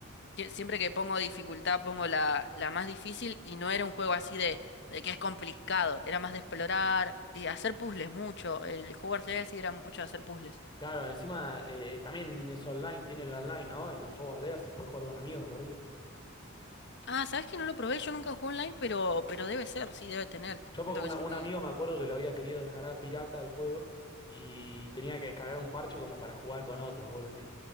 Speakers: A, on the left; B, on the left.
A: que- siempre que pongo dificultad pongo la, la más difícil y no era un juego así de, de que es complicado, era más de explorar y hacer puzzles mucho. El Hogwarts Legacy era mucho de hacer puzzles.
B: Claro, encima eh, también es online, tiene el online, ¿no? El Hogwarts Legacy, puedes jugar con amigos, me parece.
A: Ah, ¿sabes que no lo probé? Yo nunca jugué online, pero, pero debe ser, sí, debe tener.
B: Yo
A: Siento
B: porque una-
A: que es
B: un
A: un...
B: amigo me acuerdo que lo había querido descargar pirata al juego y tenía que descargar un parche como para jugar con otros, o algo así.